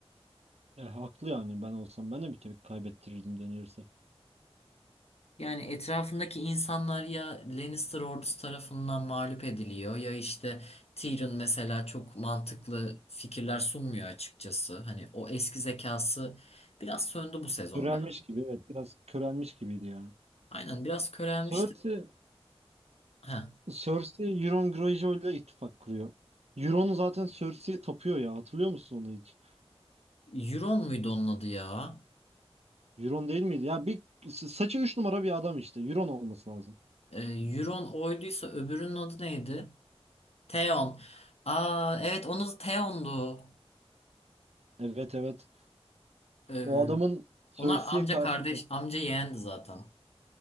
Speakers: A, on the right; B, on the left.
A: E, haklı yani ben olsam ben de bir tepki kaybettirirdim denirse.
B: Yani etrafındaki insanlar ya Lannister ordusu tarafından mağlup ediliyor ya işte Tyrion mesela çok mantıklı fikirler sunmuyor açıkçası. Hani o eski zekası biraz söndü bu sezon
A: Körelmiş
B: bence.
A: gibi evet biraz körelmiş gibiydi ya.
B: Aynen biraz körelmişti.
A: Cersei,
B: Ha,
A: Cersei Euron Greyjoy ile ittifak kuruyor. Euron zaten Cersei'ye tapıyor ya hatırlıyor musun onu hiç?
B: Euron muydu onun adı ya?
A: Euron değil miydi? Ya bir saçı 3 numara bir adam işte. Euron olması lazım.
B: Ee, Euron oyduysa öbürünün adı neydi? Theon. Aa evet onun Theon'du.
A: Evet evet.
B: Ee,
A: O adamın Cersei'ye
B: onlar amca
A: karşı
B: kardeş, amca yeğendi zaten.